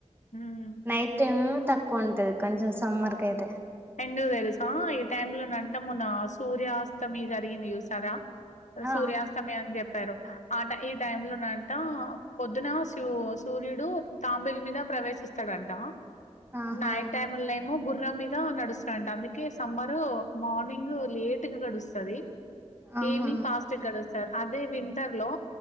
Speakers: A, on the left; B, on the right.
A: హ్మ్.
B: నైట్ టైమ్ తక్కువ ఉంటది కొంచెం సమ్మర్క్ అయితే
A: ఎందుకు తెలుసా ఈ టై లో నంట మొన్న సూర్యాస్తమి జరిగింది చూసారా
B: ఆ
A: సూర్యాస్తమి అని చెప్పారు ఆట ఈ టైమ్ లో నంట అంట పొద్దున సూ సూర్యుడు తాంబేలు మీద ప్రవేశిస్తాడంట
B: ఆహా
A: నైట్ టైమ్ లో ఏమో గుర్రం మీద నడుస్తనంట అందుకే సమ్మరు మార్నింగ్ లేట్గా గడుస్తది
B: ఆహా
A: ఈవినింగ్ ఫాస్ట్ గడుస్తది అదే వింటర్ లో